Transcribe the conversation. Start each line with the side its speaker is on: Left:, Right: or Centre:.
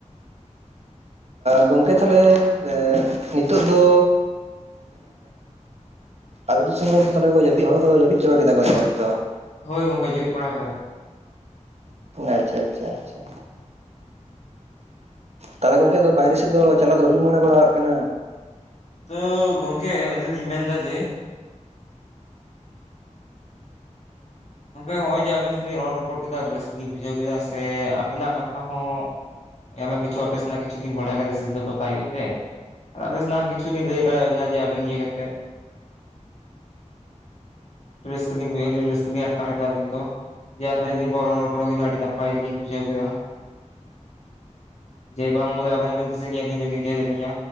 Right: ᱜᱚᱝᱠᱮ ᱛᱟᱦᱞᱮ ᱱᱤᱛᱚᱜ ᱫᱚ ᱟᱵᱤᱱ ᱥᱮᱱ ᱦᱚᱲ ᱠᱚ ᱡᱟᱹᱯᱤᱫ ᱠᱮᱫᱟ ᱠᱚ ᱫᱚᱛᱚ
Left: ᱦᱳᱭ ᱜᱚᱝᱠᱮ ᱡᱮᱣᱤᱫ ᱵᱟᱲᱟ ᱠᱮᱫᱟᱢ
Right: ᱟᱪᱷᱟ ᱟᱪᱷᱟ ᱟᱪᱷᱟ ᱛᱟᱦᱚᱞᱮ ᱜᱚᱝᱠᱮ ᱟᱫᱚ ᱵᱟᱭᱨᱮ ᱥᱮᱫ ᱫᱚ ᱪᱟᱞᱟᱣ ᱫᱚ ᱵᱟᱹᱵᱤᱱ ᱢᱚᱱᱮ ᱵᱟᱲᱟᱜ ᱠᱟᱱᱟ
Left: ᱛᱚ ᱜᱚᱝᱠᱮ ᱟᱹᱞᱤᱧ ᱞᱤᱧ ᱢᱮᱱ ᱮᱫᱟ ᱡᱮ ᱜᱚᱝᱠᱮ ᱦᱚᱸᱜᱼᱚᱭ ᱡᱮ ᱟᱵᱮᱱ ᱥᱮᱫ ᱞᱤᱧ ᱨᱚᱲ ᱨᱚᱯᱚᱲ ᱠᱮᱫᱟ ᱨᱟᱹᱥᱠᱟᱹ ᱞᱤᱧ ᱵᱩᱡᱷᱟᱹᱣ ᱠᱮᱫᱟ ᱥᱮ ᱟᱵᱮᱱᱟᱜ ᱠᱟᱛᱷᱟ ᱦᱚᱸ ᱟᱭᱢᱟ ᱠᱤᱪᱷᱩ ᱚᱯᱮᱥ ᱨᱮᱱᱟᱜ ᱠᱤᱪᱷᱩ <inaudible> ᱵᱟᱲᱟᱭ ᱠᱮ ᱨᱮᱥᱮᱫ ᱠᱮᱫᱟ ᱫᱚ ᱯᱟᱛᱟ ᱤᱭᱟᱹ ᱛᱮ ᱨᱟᱡᱮᱥ ᱠᱤᱪᱷᱩ ᱫᱤᱱ ᱞᱟᱹᱭ ᱫᱟᱲᱮᱭᱟᱵᱱᱟ ᱡᱮ ᱟᱵᱮᱱ ᱤᱭᱟᱹ ᱠᱟᱛᱮ ᱨᱟᱹᱥᱠᱟᱹ ᱞᱤᱧ ᱵᱩᱡᱷᱟᱣ ᱠᱮᱫᱟ ᱨᱟᱹᱥᱠᱟ <unintelligible> ᱵᱤᱱ ᱟᱴᱠᱟᱨᱠᱟᱼᱟ ᱛᱚ <unintelligible> ᱡᱭᱟᱨ ᱫᱤᱱ ᱨᱚᱯᱚᱲ ᱦᱩᱭᱱᱟ ᱟᱹᱰᱤ ᱱᱟᱯᱟᱭ ᱜᱮᱞᱤᱧ ᱠᱩᱥᱤᱣ ᱠᱮᱫᱟ ᱡᱮ ᱵᱟᱝ ᱵᱚᱞᱮ ᱟᱵᱮᱱ ᱦᱚᱸᱵᱮᱱ ᱫᱤᱥᱤᱭᱟᱹᱵᱤᱱ ᱩᱭᱦᱟᱹᱨᱮ ᱱᱤᱭᱟ